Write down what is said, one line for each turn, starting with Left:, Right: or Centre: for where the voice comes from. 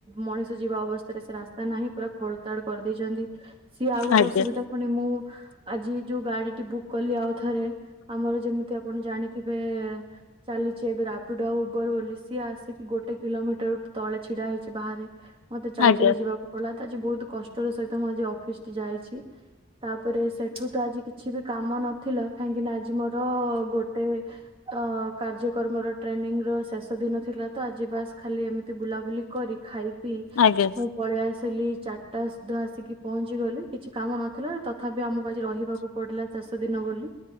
Right: ମଣିଷ ଯିବା ଅବସ୍ଥାରେ ସେ ରାସ୍ତା ତା ନାହିଁ ପୁରା ଖୋଳତାଡ଼ କରିଦେଇଛନ୍ତି। ସିଏ ଆଉ ଗୋଟେ
Left: ଆଜ୍ଞା
Right: ଅସୁବିଧା ପୁଣି ମୁଁ ଆଜି ଯୋଉ ଗାଡି ଟି ବୁକ୍ କଲି ଆଉ ଥରେ ଆମର ଯେମିତି ଆପଣ ଜାଣିଥିବେ ଚାଲିଛି ଏବେ ରାପିଡ ଆଉ ଉବର ବୋଲି ସିଏ ଆସିକି ଗୋଟେ କିଲୋମିଟର ତଳେ ଛିଡା ହେଇଛି ବାହାରେ। ମତେ ଚାଲି
Left: ଆଜ୍ଞା।
Right: ଚାଲି ଯିବାକୁ ପଲା ତ ଆଜି ବହୁତ କଷ୍ଟର ସହିତ ମୁଁ ଆଜି ଅଫିସ ଟି ଯାଇଛି ତାପରେ ସେଠୁ ତ ଆଜି କିଛି ବି କାମ ନଥିଲା କାହିଁକି ନା ଆଜି ମୋର ଗୋଟେ ଅ କାର୍ଯ୍ୟକ୍ରମର ଟ୍ରେନିଂ ର ଶେଷ ଦିନ ଥିଲା ତ ଆଜି ବାସ୍ ଖାଲି ଏମିତି ବୁଲାବୁଲି କରି ଖାଇ ପିଇ
Left: ଆଜ୍ଞା
Right: ମୁଁ ପଳେଇ ଆସିଲି ଚାରିଟା ସୁଧା ଆସିକି ପହଞ୍ଚି ଗଲି କିଛି କାମ ନଥିଲା ତଥାପି ଆମକୁ ଆଜି ରହିବାକୁ ପଡିଲା। ଚାଷ ଦିନ ବୋଲି